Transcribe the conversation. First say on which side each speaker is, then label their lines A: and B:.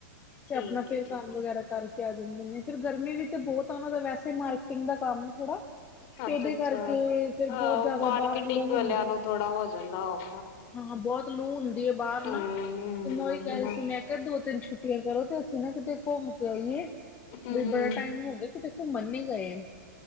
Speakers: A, on the left; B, on the left.
A: ਠੀਕ
B: ਫੇਰ ਆਪਣਾ
A: ਹੈ
B: ਫੇਰ
A: ਠੀਕ
B: ਕੰਮ ਵਗੈਰਾ
A: ਹੈ
B: ਕਰ ਕੇ ਆ ਜਾਂਦੇ ਨੇ ਫਿਰ ਗਰਮੀ ਵੀ 'ਤੇ ਬੋਤ ਆ ਉਨਾਂ ਦਾ ਵੈਸੇ ਮਾਰਕੀਟਿੰਗ ਦਾ ਕੰਮ ਥੋੜਾ ਤੇ
A: ਅੱਛਾ
B: ਉਹਦੇ
A: ਅੱਛਾ
B: ਕਰਕੇ ਫੇਰ
A: ਆਹੋ
B: ਬਹੁਤ ਜ਼ਿਆਦਾ
A: ਮਾਰਕੀਟਿੰਗ
B: ਬਾਹਰ ਲੂ
A: ਵਾਲਿਆਂ
B: ਹੁੰਦੀ
A: ਨੂੰ
B: ਹੈ।
A: ਥੋੜਾ ਹੋ ਜਾਂਦਾ ਔਖਾ
B: ਹਾਂ ਬਹੁਤ ਲੂ ਹੁੰਦੀ ਹੈ ਬਾਹਰ ਨਾ
A: ਹਮ
B: ਤੇ ਮੈਂ ਓਹੀ ਕਹ
A: ਹਮ
B: ਰਹੀ ਸੀ ਮੈਂ ਦੋ-ਤਿੰਨ ਛੁੱਟੀਆਂ ਕਰੋ ਤੇ ਅਸੀਂ ਨਾ ਕਿਤੇ ਘੁੰਮ ਕੇ ਆਈਏ
A: ਹਮ
B: ਬਈ ਬੜਾ ਟਾਈਮ ਹੋ ਗਿਆ ਕਿਥੇ ਘੁਮੰਨ ਨੀ ਗਏ।